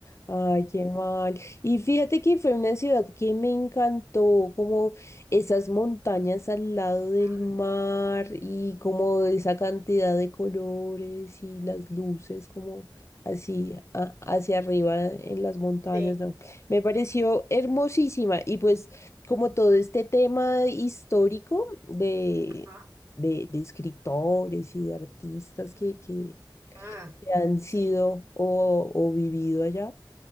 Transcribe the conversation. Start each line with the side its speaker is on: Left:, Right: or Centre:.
Left: Ay, qué mal. Y fíjate que fue una ciudad que me encantó, como esas montañas al lado del
Right: Ah,
Left: mar y como esa cantidad de colores y las luces como así a- hacia arriba en las montañas,
Right: sí.
Left: ¿no? Me pareció hermosísima y pues como todo este tema histórico de,
Right: Ah,
Left: de, de escritores y de artistas que, que,
Right: ah,
Left: que han sido
Right: sí.
Left: o o vivido allá.